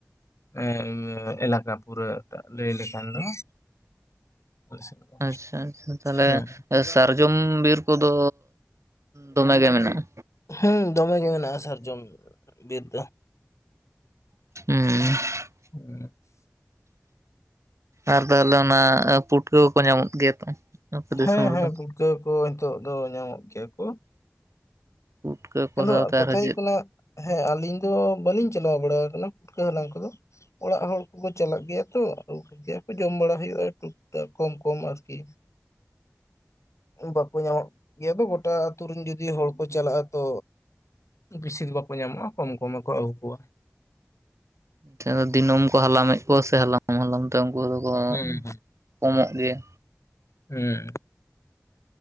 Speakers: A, on the left (about 65°); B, on the right (about 65°).
A: ᱮ ᱮᱞᱟᱠᱟ ᱯᱩᱨᱟᱹ ᱴᱟᱜ ᱞᱮ ᱞᱮᱠᱷᱟᱱ ᱫᱚ ᱟᱞᱮ ᱥᱮᱫ ᱫᱚ
B: ᱟᱪᱪᱷᱟ ᱟᱪᱪᱷᱟ ᱛᱟᱦᱚᱞᱮ
A: ᱦᱮᱸ
B: ᱥᱟᱨᱡᱚᱢ ᱵᱤᱨ ᱠᱚᱫᱚ ᱫᱚᱢᱮ ᱜᱮ ᱢᱮᱱᱟᱜ-ᱟ
A: ᱦᱩᱸ ᱫᱚᱢᱮ ᱜᱮ ᱢᱮᱱᱟᱜ-ᱟ ᱥᱟᱨᱡᱚᱢ ᱵᱤᱨ ᱫᱚ
B: ᱦᱩᱸ
A: <inaudible>
B: ᱟᱨ ᱛᱟᱦᱚᱞᱮ ᱚᱱᱟ ᱯᱩᱴᱠᱟᱹ ᱠᱚᱠᱚ ᱧᱟᱢᱚᱜ ᱜᱮᱭᱟ ᱛᱚ ᱟᱯᱮ ᱫᱤᱥᱚᱢ
A: ᱦᱮᱸ ᱦᱮᱸ
B: ᱨᱮᱫᱚ
A: ᱯᱩᱴᱠᱟᱹ ᱠᱚ ᱱᱤᱛᱚᱜ ᱫᱚ ᱧᱟᱢᱚᱜ ᱜᱮᱭᱟ ᱠᱚ
B: ᱯᱩᱴᱠᱟᱹ ᱠᱚ
A: <unintelligible>
B: ᱥᱟᱶᱛᱮ ᱟᱨᱦᱚᱸ
A: ᱠᱟᱛᱷᱟ ᱦᱩᱭᱩᱜ
B: ᱪᱮᱫ
A: ᱠᱟᱱᱟ ᱦᱮᱸ ᱟᱹᱞᱤᱧ ᱫᱚ ᱵᱟᱹᱞᱤᱧ ᱪᱟᱞᱟᱣ ᱵᱟᱲᱟ ᱠᱟᱱᱟ ᱯᱷᱩᱴᱠᱟᱹ ᱦᱟᱞᱟᱝ ᱠᱚᱫᱚ ᱾ ᱚᱲᱟᱜ ᱦᱚᱸ ᱩᱱᱠᱩ ᱠᱚ ᱪᱟᱞᱟᱜ ᱜᱮᱭᱟ ᱛᱚ <unintelligible> ᱡᱚᱢ ᱵᱟᱲᱟ ᱦᱩᱭᱩᱜ-ᱟ ᱴᱩᱠ ᱴᱟᱠᱟ ᱠᱚᱢ ᱠᱚᱢ ᱟᱨᱠᱤ ᱵᱟᱠᱚ ᱧᱟᱢᱚᱜ ᱜᱮᱭᱟ ᱜᱚᱴᱟ ᱟᱛᱩ ᱨᱮᱱ ᱡᱩᱫᱤ ᱦᱚᱲᱠᱚ ᱪᱟᱞᱟᱜ-ᱟ ᱛᱚ ᱵᱮᱥᱤ ᱫᱚ ᱵᱟᱠᱚ ᱧᱟᱢᱚᱜ-ᱟ ᱠᱚᱢ ᱠᱚᱢ ᱜᱮᱠᱚ ᱟᱹᱜᱩ ᱠᱚᱣᱟ
B: ᱤᱧ ᱴᱷᱮᱱ ᱫᱚ ᱫᱤᱱᱟᱹᱢ ᱠᱚ ᱦᱟᱞᱟᱢᱮᱫ ᱠᱚᱣᱟ ᱥᱮ ᱦᱟᱞᱟᱝ ᱦᱟᱞᱟᱝ ᱛᱮ ᱩᱱᱠᱩ ᱫᱚᱠᱚ
A: ᱦᱩᱸ ᱦᱩᱸ
B: ᱠᱚᱢᱚᱜ ᱜᱮᱭᱟ
A: ᱦᱩᱸ